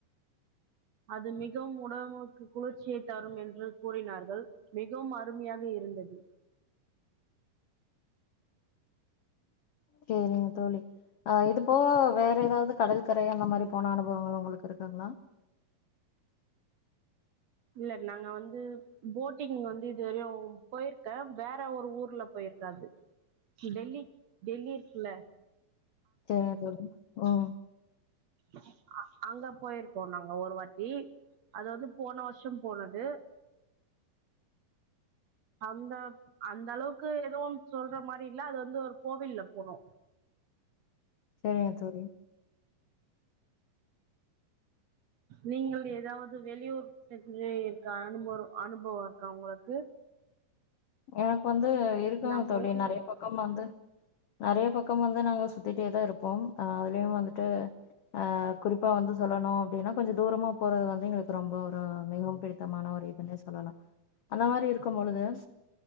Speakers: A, on the right; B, on the left.
A: அது மிகவும் உடம்புக்கு குளிர்ச்சியை தரும் என்று கூறினார்கள் மிகவும் அருமையாக இருந்தது.
B: சேரிங்க தோழி ஆ இது போ வேற ஏதாவது கடல் கரை அந்த மாறி போன அனுபவங்கள்லா உங்களுக்கு இருக்குங்ளா
A: இல்ல நாங்க வந்து போட்டிங் வந்து இதுவரயு போயிருக்க வேற ஒரு ஊர்ல போயிருக்க அது டெல்லி டெல்லி இருக்குல்ல
B: தெரியு தெரியு ம்
A: அங் அங்க போயிருக்கோ நாங்க ஒரு வாட்டி அது வந்து போன வருஷோ போனது அந்த அந்தளவுக்கு எதுவு சொல்ற மாரி இல்ல அது வந்து ஒரு கோவில்ல போனோ
B: செரிங்க தோழி
A: நீங்கள் எதாவது வெளியூர் சென்று இருக்க அனுப அனுபவோ இருக்கா உங்குளுக்கு
B: எனக் வந்து இருக்கும்
A: நம்
B: தோழி
A: ஊரில்
B: நறைய பக்கம் வந்து நறைய பக்கம் வந்து நாங்க சுத்திட்டே தா இருப்போம் அதுலயும் வந்துட்டு அ குறிப்பா வந்து சொல்லணு அப்டினா கொஞ்ச தூரமா போறது வந்து எங்குளுக்கு ரொம்ப ஒரு மிகவும் பிடித்தமான ஒரு இதுன்னே சொல்லலா அந்த மாரி இருக்கும் பொழுது